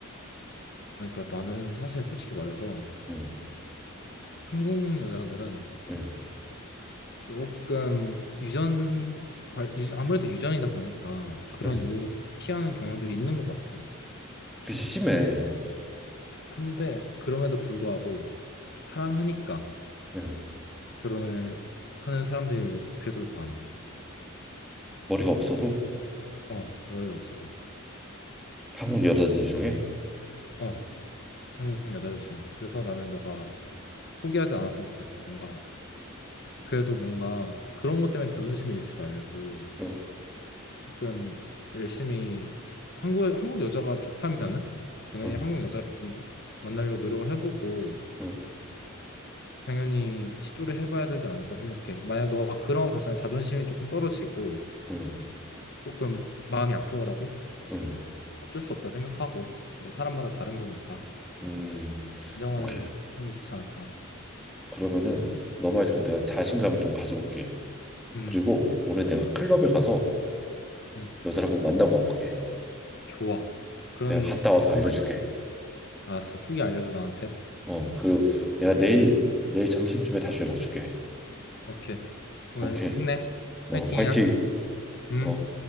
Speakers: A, on the left; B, in the centre.
A: 아니, 그러니까 나는 사실 솔직히 말해서
B: 응,
A: 한국 여자들은
B: 응,
A: 조금 유전, 관- 유 아무래도 유전이다 보니까 그런
B: 응.
A: 이유로 조금 피하는 경향도 있는 것 같아.
B: 그게 심해.
A: 근데 그럼에도 불구하고 사랑하니까.
B: 응.
A: 결혼을 하는 사람들이 그래도 많아.
B: 머리가 없어도
A: 어, 머리가 없어도.
B: 한국 여자들 중에
A: 어, 한국 여자들 중에. 그래서 나는 너가 포기하지 않았으면 좋겠어. 뭔가 그래도 뭔가 그런 것 때문에 자존심을 잃지 말고
B: 응,
A: 조금 열심히 한국 한국 여자가 좋다면은 당연히
B: 응,
A: 한국 여자를 좀 만나려고 노력을 해보고
B: 응,
A: 당연히 시도를 해봐야 되지 않을까 생각해. 만약 너가 그런 과정에 자존심이 조금 떨어지고
B: 응,
A: 조금 마음이 아프더라도
B: 응.
A: 어쩔 수 없다 생각하고 뭐 사람마다 다른 거니까.
B: 음,
A: 인정을
B: 오케이.
A: 하는 게 좋지 않을까 싶어.
B: 그러면은 너 말 듣고
A: 어,
B: 내가 자신감을 좀 가져볼게.
A: 음,
B: 그리고 오늘 내가 클럽에 가서
A: 음,
B: 여자를 한번 만나고 와볼게.
A: 좋아. 그런
B: 내가 갔다 와서
A: 그런
B: 알려줄게.
A: 마인드. 알았어. 후기 알려줘 나한테.
B: 어, 그 내가 내일 내일 점심쯤에 다시 연락 줄게.
A: 오케이. 오늘
B: 오케이.
A: 힘내.
B: 어,
A: 파이팅이야.
B: 화이팅.
A: 음.
B: 어.